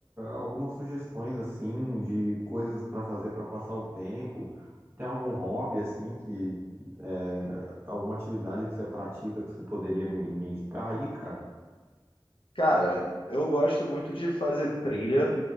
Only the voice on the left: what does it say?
Cara, eu gosto muito de fazer trilha,